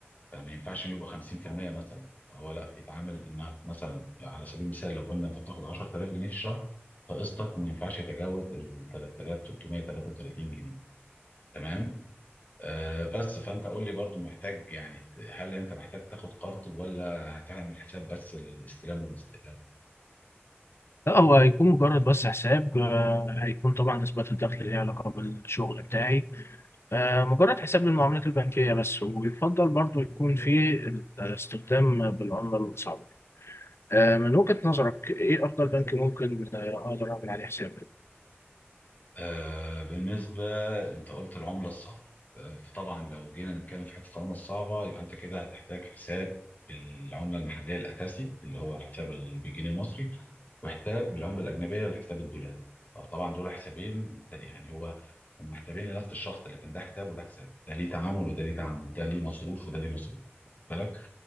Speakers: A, on the left; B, on the left.
A: فما ينفعش انه يبقى 50% مثلا فهو لا بيتعامل انك مثلا على سبيل المثال لو قلنا انت بتاخد 10000 جنيه في الشهر فقسطك ما ينفعش يتجاوز ال 3333 جنيه تمام آه بس فانت قول لي برضو محتاج يعني هل انت محتاج تاخد قرض ولا هتعمل حساب بس للاستلام والاستقلال
B: لا هو هيكون مجرد بس حساب آه، هيكون طبعا اثبات الدخل ليه علاقه بالشغل بتاعي آه، مجرد حساب للمعاملات البنكية بس ويفضل برضو يكون في استخدام بالعملة الصعبة آه، من وجهة نظرك إيه أفضل بنك ممكن آه، أقدر أعمل عليه حساب؟
A: آه بالنسبة انت قلت العملة الصعبة آه فطبعا لو جينا نتكلم في حتة العملة الصعبة يبقى انت كده هتحتاج حساب بالعملة المحلية الأساسي اللي هو الحساب ال- بالجنيه المصري وحساب بالعملة الأجنبية الحساب الدولاري فطبعا دول حسابين يعني هو هم حسابين لنفس الشخص لكن ده حساب وده حساب ده ليه تعامل وده ليه تعامل ده ليه مصروف وده ليه مصروف بالك